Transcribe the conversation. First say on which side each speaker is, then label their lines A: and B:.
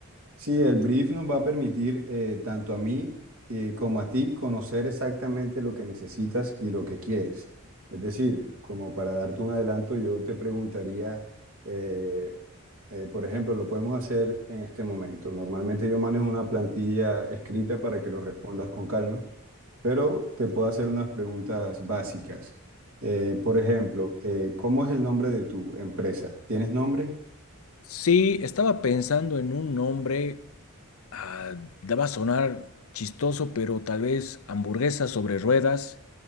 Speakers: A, on the right; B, on the left.
A: Sí, el brief nos va a permitir eh, tanto a mí eh, como a ti conocer exactamente lo que necesitas y lo que quieres. Es decir, como para darte un adelanto, yo te preguntaría, eh, eh, por ejemplo, lo podemos hacer en este momento. Normalmente yo manejo una plantilla escrita para que lo respondas con calma, pero te puedo hacer unas preguntas básicas. Eh, por ejemplo, eh, ¿cómo es el nombre de tu empresa? ¿Tienes nombre?
B: Sí, estaba pensando en un nombre, ah, daba a sonar chistoso, pero tal vez hamburguesa sobre ruedas,